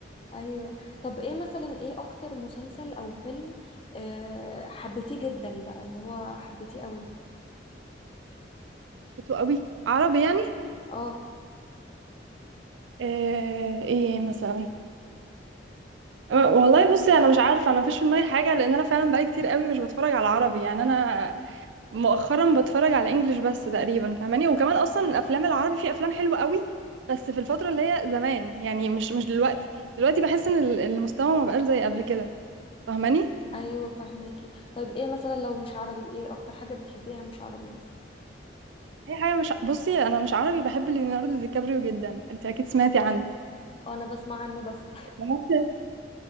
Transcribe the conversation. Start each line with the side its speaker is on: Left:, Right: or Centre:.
Left: ايوه طب ايه مثلا ايه اكتر مسلسل او فيلم آه، حبيتيه جدا بقى اللي هو حبيتيه قوي
Right: بتو قوي عربي يعني
Left: اه
Right: آه ايه مثلا آه، والله بصي انا مش عارفه انا مفيش في دماغي حاجه لان انا فعلا بقالي كتير قوي مش بتفرج على عربي يعني انا مؤخرا بتفرج على انجليش بس تقريبا فاهماني وكمان اصلا الافلام العربي في افلام حلوه قوي بس في الفتره اللي هي زمان يعني مش مش دلوقتي دلوقتي بحس ان ال- المستوى ما بقاش زي قبل كده فاهماني
Left: ايوه فهماكي طيب ايه مثلا لو مش عربي ايه اكتر حاجة بتحبيها مش عربي مثلا
Right: اي حاجه مش بصي انا مش عربي بحب ليوناردو دي كابريو جدا انت اكيد سمعتي عنه
Left: انا بسمع عنه بس
Right: الممثل